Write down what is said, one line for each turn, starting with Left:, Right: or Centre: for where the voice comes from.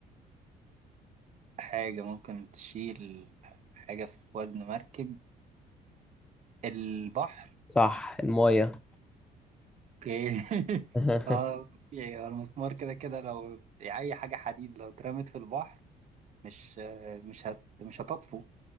Right: حاجة ممكن تشيل حاجة في وزن مركب البحر
Centre: صح الماية
Right: اوكي <laughs>
Centre: <laughs>
Right: اه طبيعي، هو المسمار كده كده لو اي حاجة حديد لو اترمت في البحر مش مش هت مش هتطفو